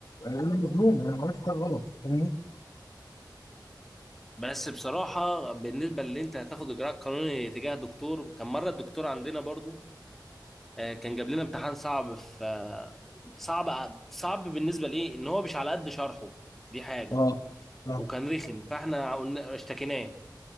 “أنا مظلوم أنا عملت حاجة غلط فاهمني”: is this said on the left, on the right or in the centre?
Left